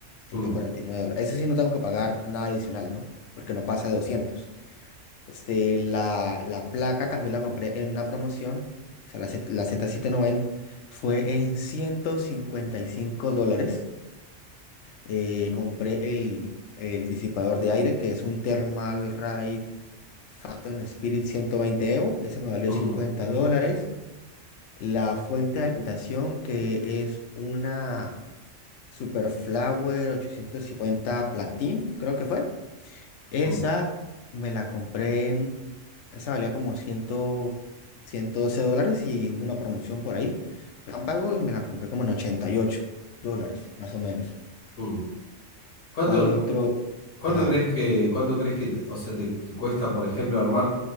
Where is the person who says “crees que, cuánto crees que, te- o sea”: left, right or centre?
Left